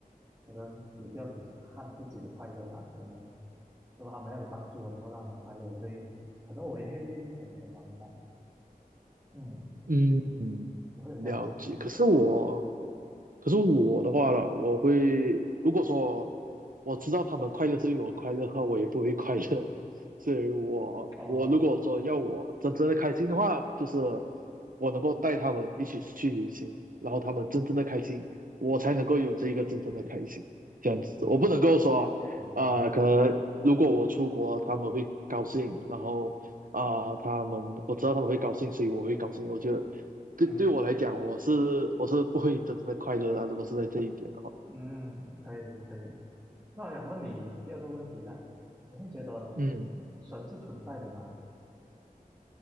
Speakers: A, on the right; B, on the right.
A: 可能也不要只看自己的快乐吧。可能如果他们那有帮助我，能够让他们快乐，我会，可能我也会愿意成全他们的。啊嗯，
B: 嗯，
A: 我会有这样的想法。
B: 了解。可是我可是我的话了，我会如果说我知道他们快乐是因为我快乐的话，我也不会快乐。<laughs> 所以我我如果说要我真正的开心的话，
A: 哦，
B: 就是我能够带他们一起去旅行，然后他们真正的开心，我才能够有这一个真正的开心。这样子，
A: 嗯，
B: 我不能够说，
A: 明白。
B: 啊、可能如果我出国，他们会高兴，然后啊、他们我知道他们会高兴，所以我会高兴。我觉得。对对我来讲，
A: 嗯
B: 我是我是不会真正的快乐啊。如果是在这一点的话，
A: 嗯，可以可以。那我想问你第二个问题啦，你会觉得
B: 嗯，
A: 神是存在的吗？